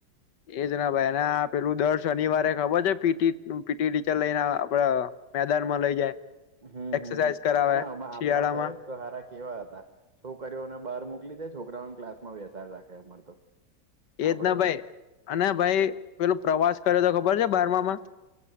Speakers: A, on the left; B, on the right.
A: એજના એના પેલું દર શનિવારે ખબર છે પીટી પી તે ટીચર લઈને આપડ પેડર માં લઈ જાય
B: હમ્મ
A: એક્સરસાઇઝ
B: હમ્મ હમ્મ,
A: કરાવે
B: અને હમાં આપડા
A: શિયાળામાં
B: સાહેબ તો હારા કેવા હતા, છોકરીઓને બહાર મોકલી દે છોકરાઓને ક્લાસ માં બેસાડ રાખે, અમાર તો
A: એજ
B: આપડે
A: ના ભાઈ,
B: તો
A: અને ભાઈ પેલું પ્રવાસ કર્યો તો ખબર છે બારમામાં?